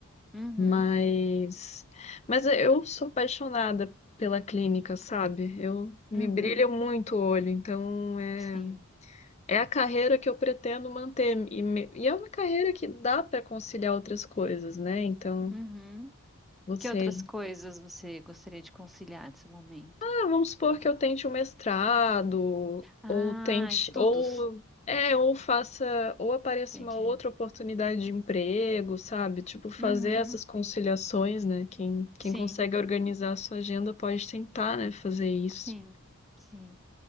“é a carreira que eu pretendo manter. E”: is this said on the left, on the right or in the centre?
Left